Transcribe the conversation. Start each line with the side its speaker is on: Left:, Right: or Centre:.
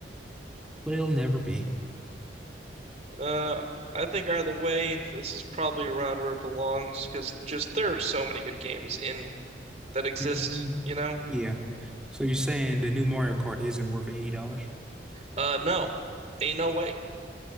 Centre: But it'll never be.
Right: Uh, I think either way, this is probably around where it belongs because just there are so many good games in that exist,
Centre: Mhm.
Right: you know?
Centre: Yeah. So you're saying the new Mario Kart isn't worth $80?
Right: Uh, no, ain't no way.